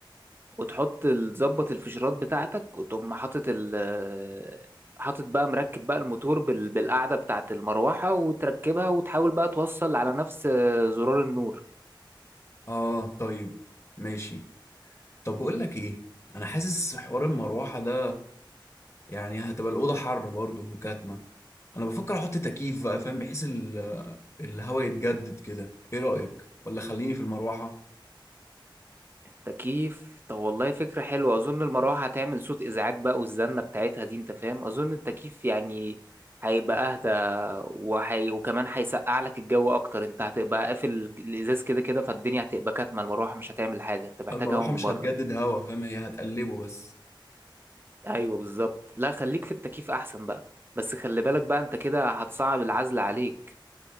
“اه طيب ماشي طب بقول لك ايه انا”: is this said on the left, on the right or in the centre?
Left